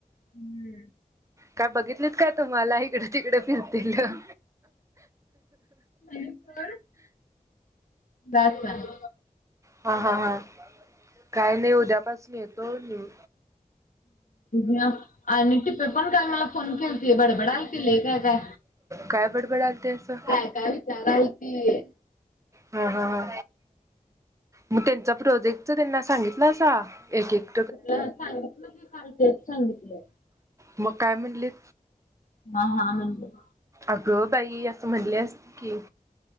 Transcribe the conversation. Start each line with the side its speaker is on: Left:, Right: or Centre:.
Left: हूं
Right: काय बघितलीत काय तुम्हांला इकडं तिकडं फिरतेलं.
Left: <unintelligible> जास्त
Right: हा हा हा काही नाही उद्यापासून येतो मी.
Left: या आणि टिपे पण काल मला फोन केलती बडबडालती लय काय काय?
Right: काय बडबडालते असं
Left: काय काय विचारालती?
Right: हा हा हा मग त्यांचा प्रोजेक्टच त्यांना सांगितलासा एक एक
Left: तुला सांगितलं की काल तेच सांगितलं.
Right: मग काय म्हणलीत?
Left: हा हा हा म्हणलीत.
Right: अगं बाई! असं म्हणली असलं की.